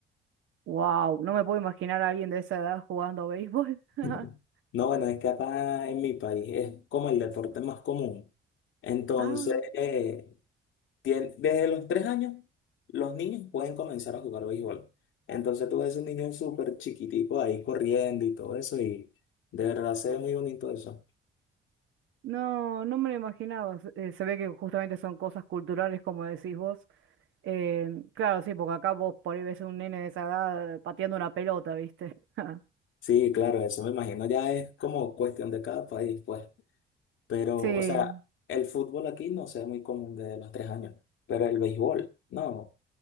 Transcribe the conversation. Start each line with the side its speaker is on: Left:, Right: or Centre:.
Right: ¡Wow! No me puedo imaginar a alguien de esa edad jugando a béisbol.
Left: <laughs>
Right: <laughs>
Left: No, bueno, es que acá en mi país es como el deporte más común. Entonces,
Right: Ah,
Left: eh, tien- desde los tres años, los niños pueden comenzar a jugar béisbol. Entonces, tú ves un niño súper chiquitico ahí corriendo y todo eso, y de verdad se ve muy bonito eso.
Right: no, no me lo imaginaba. Se eh, se ve que justamente son cosas culturales, como decís vos. Em, claro, sí, porque acá vos por ahí ves un nene de esa edad eh, pateando una pelota, ¿viste? <laughs>
Left: Sí, claro, eso me imagino ya es como cuestión de cada país, pues. Pero,
Right: Sí,
Left: o sea, el fútbol aquí no se ve muy común desde los tres años, pero el béisbol, no.